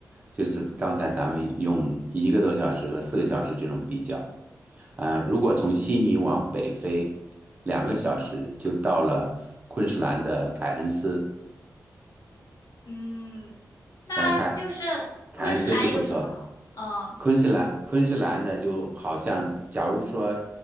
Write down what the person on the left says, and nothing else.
嗯嗯那就是昆士兰有什么好玩？
嗯，